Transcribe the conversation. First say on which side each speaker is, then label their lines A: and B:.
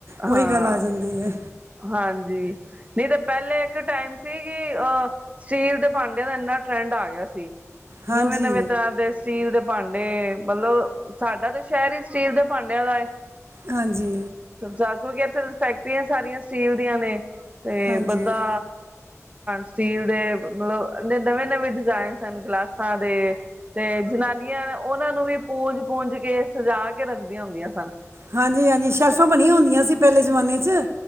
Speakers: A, on the right (about 55°); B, on the right (about 25°).
A: ਉਹੀ
B: ਹਾਂ
A: ਗੱਲ ਆ ਜਾਂਦੀ ਐ।
B: ਹਾਂਜੀ। ਨਹੀਂ ਤਾਂ ਪਹਿਲੇ ਇੱਕ ਟਾਈਮ ਸੀ ਕਿ ਅਹ ਸਟੀਲ ਦੇ ਭਾਂਡਿਆਂ ਦਾ ਇੰਨਾ ਟਰੈਂਡ ਆ ਗਿਆ ਸੀ,
A: ਹਾਂਜੀ
B: ਨਵੇਂ- ਨਵੇਂ ਤਰ੍ਹਾਂ ਦੇ ਸਟੀਲ ਦੇ ਭਾਂਡੇ, ਮਤਲਬ ਸਾਡਾ ਤਾ ਸ਼ਹਿਰ ਹੀ ਸਟੀਲ ਦੇ ਭਾਂਡਿਆਂ ਦਾ ਐ।
A: ਹਾਂਜੀ
B: ਕਿਉਂਕਿ ਇੱਥੇ ਫੈਕਟਰੀਆਂ ਸਾਰੀਆਂ ਸਟੀਲ ਦੀਆਂ ਨੇ ਤੇ
A: ਹਾਂਜੀ
B: ਬੰਦਾ ਸਟੀਲ ਦੇ ਮਤਲਬ ਨਵੇਂ -ਨਵੇਂ ਡਿਜ਼ਾਇਨ ਸ ਗਲਾਸਾਂ ਦੇ ਤੇ ਜਨਾਨੀਆਂ ਉਹਨਾਂ ਨੂੰ ਵੀ ਪੂੰਜ- ਪੂੰਜ ਕੇ ਸਜਾ ਕੇ ਰੱਖਦੀਆਂ ਹੁੰਦੀਆਂ ਸਨ।
A: ਹਾਂਜੀ-ਹਾਂਜੀ ਸ਼ੈਲਫਾਂ ਬਣੀਆਂ ਹੁੰਦੀਆਂ ਸੀ। ਪਹਿਲੇ ਜ਼ਮਾਨੇ '